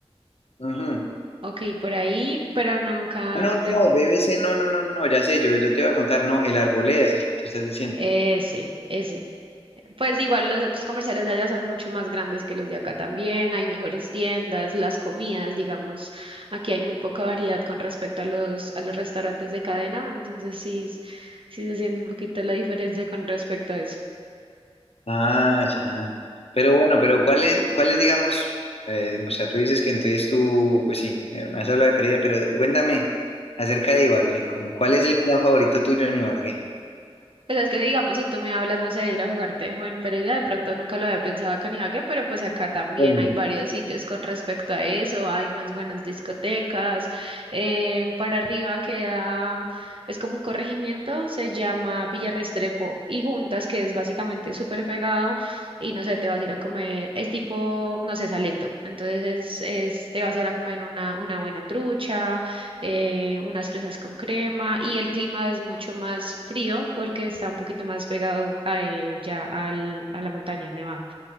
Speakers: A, on the left; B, on the right.
A: ujú.
B: Ok, por ahí, pero nunca
A: Ah, No, no,
B: de
A: no, BBC, no, no, no, no, ya sé, yo, yo te iba a contar, no, el Arboleda es el que tú estás diciendo.
B: ese, ese. Pues igual los centros comerciales de allá son mucho más grandes que los de acá también, hay mejores tiendas, las comidas, digamos, aquí hay muy poca variedad con respecto a los, a los restaurantes de cadena, entonces sí, sí se siente un poquito la diferencia con respecto a eso.
A: Ah, ya. Pero bueno, pero ¿cuál es, cuál es, digamos, eh, o sea, tú dices que entonces tú, pues sí, eh, me has hablado de Pereira, pero cuéntame acerca de Ibagué, como cuál es el plan favorito tuyo en Ibagué.
B: Pues es que digamos, si tú me hablas, no sé, de ir a jugar tejo en Pereira, de pronto nunca lo había pensado acá en Ibagué, pero pues acá también
A: Bueno,
B: hay varios sitios con respecto a eso, hay unas buenas discotecas, eh, para arriba queda, es como un corregimiento, se llama Villa Restrepo y Juntas, que es básicamente súper pegado, y no sé, te vas a ir a comer, es tipo, no sé, Salento, entonces es, es- te vas a ir a comer una, una buena trucha eh, unas fresas con crema y el clima es mucho más frío porque está un poquito más pegado a, eh, ya al, a la montaña, al nevado.